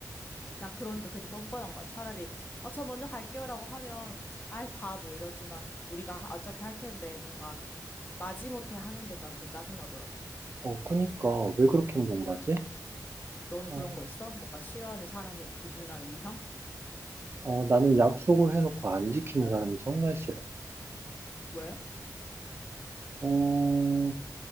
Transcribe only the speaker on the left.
난 그러니까 그게 더 뻔뻔한 거야. 차라리, 어, 저 먼저 갈게요라고 하면, 아이, 바보, 이러지만, 우리가 하- 어차피 할 텐데, 뭔가, 마지못해 하는 게 난 더 짜증나더라고.
너는
그런 거 있어? 뭔가 싫어하는 사람의 부류나 유형?
왜?